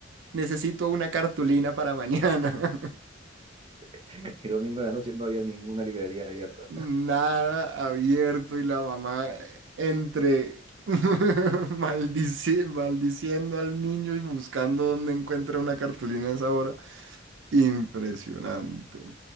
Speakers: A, on the right (about 75°); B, on the right (about 30°).
A: Necesito una cartulina para mañana. <laughs>
B: <laughs> Y domingo en la noche no había ninguna librería abierta.
A: Nada abierto y la mamá entre <laughs> maldici- maldiciendo al niño y buscando dónde encuentra una cartulina a esa hora. Impresionante.